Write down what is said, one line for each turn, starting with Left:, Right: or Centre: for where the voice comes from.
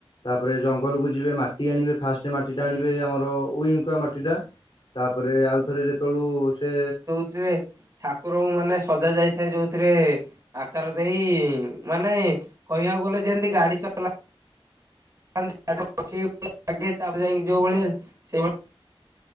Left: ତା ପରେ ଜଙ୍ଗଲକୁ ଯିବେ ମାଟି ଆଣିବେ ଫାଷ୍ଟ ମାଟିଟା ଆଣିବେ ଆମର ଉଇହୁଙ୍କା ମାଟିଟା। ପରେ ଆଉଥରେ ଯେତେବେଳକୁ ସେ
Right: ତୁ ଭାଇ ଠାକୁରଙ୍କୁ ମାନେ ସଜା ଯାଇଥାଏ ଯୋଉଥିରେ ଆକାର ଦେଇ ମାନେ କହିବାକୁ ଗଲେ ଯେମତି ଗାଡି ଚଲା <unintelligible> ବସି <unintelligible> ତାପରେ ଯାଇ ଯୋଉ ଭଳିଆ ସେଇଭଳି